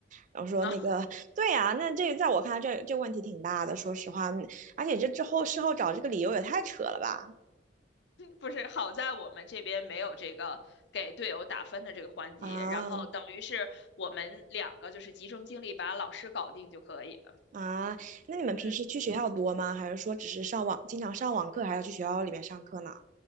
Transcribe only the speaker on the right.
然后说那个，
对呀、啊那这个在我看来这这问题挺大的，说实话，嗯而且这之后事后找这个理由也太扯了吧？
啊，
啊，那你们平时去学校多吗？
还是说只是上网，经常上网课，还要去学校里面上课呢？